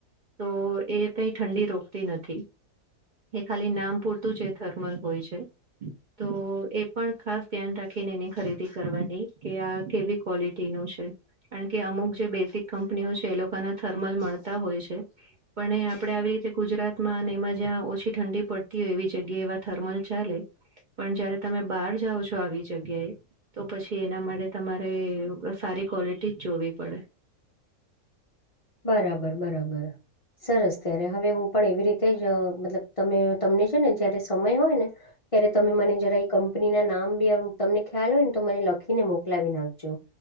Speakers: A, on the right; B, on the left.
A: તો એ કઈ ઠંડી રોકતી નથી. એ ખાલી નામ પૂરતું છે થર્મલ હોય છે. તો એ પણ ખાસ ધ્યાન રાખીને એની ખરીદી કરવાની કે આ કેવી ક્વોલિટીનું છે. કારણ કે અમુક જે બેસિક કંપનીઓ છે એ લોકોના થર્મલ મળતા હોય છે. પણ એ આપડે આવી રીતે ગુજરાતમાં અને એમાં જ્યાં ઓછી ઠંડી પડતી હોય એવી જગ્યાએ એવા થર્મલ ચાલે પણ જયારે તમે બહાર જાઓ છો આવી જગ્યાએ તો પછી એના માટે તમારે સારી ક્વોલિટી જ જોવી પડે.
B: બરાબર બરાબર સરસ ત્યારે હવે હું પણ એવી રીતે જ મતલબ તમે તમને છે ને જયારે સમય હોય ને ત્યારે તમે મને જરા એ કંપનીના નામ બી તમને ખ્યાલ હોય ને તો મને લખીને મોકલાવી નાખજો